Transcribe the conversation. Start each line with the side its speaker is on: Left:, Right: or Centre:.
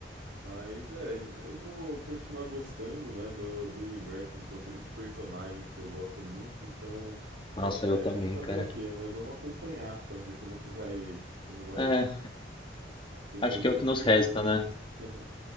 Right: Mas é, eu vou continuar gostando, né, do, do universo como um todo. Tem muitos personagens que eu gosto muito, então
Left: Nossa,
Right: é
Left: eu também,
Right: fazer
Left: cara.
Right: o quê, né? Vamos acompanhar pra ver como que vai, como vai
Left: É,
Right: ter seu
Left: acho
Right: desfecho
Left: que é o que nos resta,
Right: disso.
Left: né?
Right: <laughs>